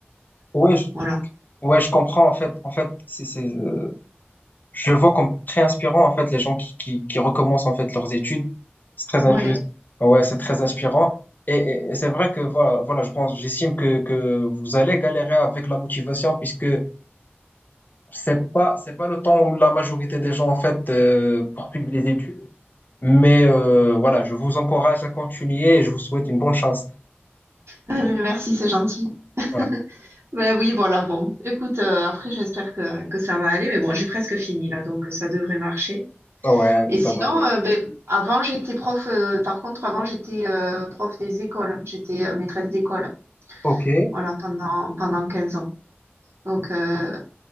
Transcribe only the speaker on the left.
Oui,
Ouais, je comprends en fait. En fait, c'est, c'est, euh, je le vois comme très inspirant en fait les gens qui, qui, qui recommencent en fait leurs études. C'est très
inspirant. Ouais, c'est très inspirant. Et, et- et c'est vrai que voilà, voilà, je pense, j'estime que, que vous allez galérer avec la motivation puisque c'est pas c'est pas le temps où la majorité des gens en fait euh, poursuivent les études. Mais euh, voilà, je vous encourage à continuer et je vous souhaite une bonne chance.
Ouais,
ouais,
ça
va aller.
Ok,